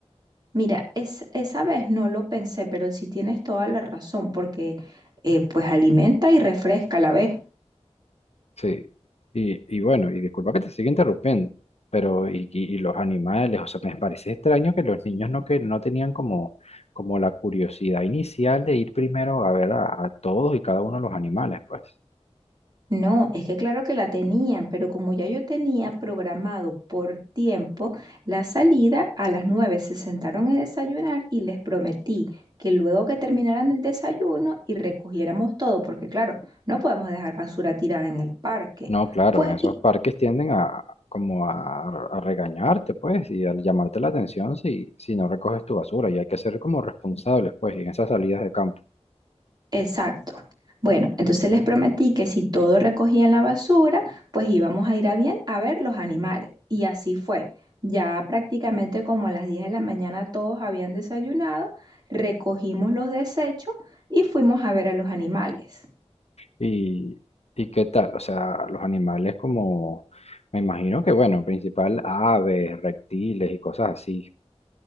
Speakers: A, on the right (about 35°); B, on the left (about 65°).
A: Mira, es, esa vez no lo pensé, pero sí tienes toda la razón, porque eh, pues alimenta y refresca a la vez.
B: Sí, y, y bueno, y disculpa que te siga interrumpiendo, pero y, y- y los animales, o sea, me parece extraño que los niños no, que no tenían como, como la curiosidad inicial de ir primero a ver a, a todos y cada uno de los animales, pues.
A: No, es que claro que la tenían, pero como ya yo tenía programado por tiempo la salida, a las nueve se sentaron a desayunar y les prometí que luego que terminaran el desayuno y recogiéramos todo, porque claro, no podemos dejar basura tirada en el parque,
B: No, claro,
A: pues
B: en esos parques tienden a como a, a regañarte, pues, y a llamarte la atención si, si no recoges tu basura, y hay que ser como responsables, pues, y en esas salidas de campo.
A: Exacto. Bueno, entonces les prometí que si todo recogían la basura, pues íbamos a ir a bien a ver los animales. Y así fue. Ya prácticamente como a las 10 de la mañana todos habían desayunado, recogimos los desechos y fuimos a ver a los animales.
B: ¿Y, y qué tal? O sea, los animales como, me imagino que, bueno, principal aves, reptiles y cosas así.